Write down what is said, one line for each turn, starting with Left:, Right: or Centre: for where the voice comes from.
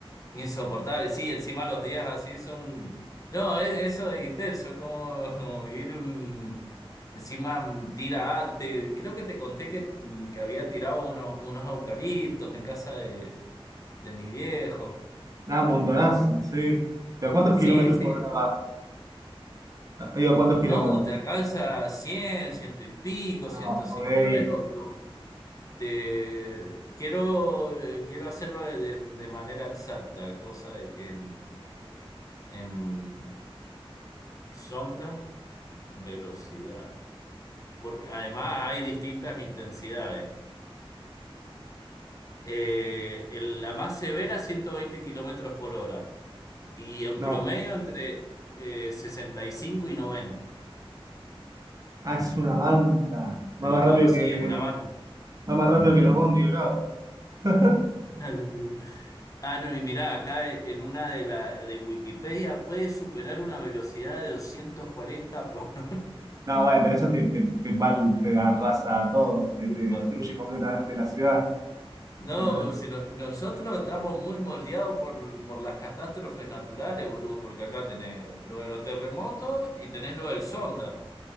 Left: Insoportable, sí, encima los días así son... No, es, eso de intenso, es como, <laughs> como vivir un... Encima tira arte. Creo que te conté que, que había tirado unos, unos eucaliptos en casa de, de mis viejos.
Right: Nada, montonazo, sí. ¿Pero a cuántos
Left: Sí,
Right: kilómetros
Left: sí.
Right: por hora va? Digo, ¿a cuántos
Left: No,
Right: kilómetros?
Left: te alcanza 100 ciento y pico,
Right: Ah,
Left: 150.
Right: ok.
Left: A ver, lo, lo- te, quiero, eh, quiero hacerlo de, de- de manera exacta, cosa de que en en sonda... Velocidad. Porque además hay distintas intensidades. Eh, el- la más severa, 120 kilómetros por hora. Y en
Right: No.
Left: promedio entre eh, 65 y 90.
Right: Ah, es una banda.
Left: Lo
Right: Va más
Left: más,
Right: rápido que.
Left: sí, es una banda.
Right: Va más rápido que los bondis acá, boludo. <laughs>
Left: <laughs> Ah, no, y mirá, acá en una de, la, de Wikipedia puede superar una velocidad de 240 por <laughs> no
Right: No, bueno, pero eso te, te, te, val- te arrasa a todo, te,
Left: sé,
Right: te
Left: parte.
Right: destruye completamente la ciudad.
Left: No,
Right: No
Left: pues,
Right: es-
Left: si no- nosotros estamos muy moldeados por, por las catástrofes naturales, boludo, porque acá tenés lo de los terremotos y tenés lo del Sonda.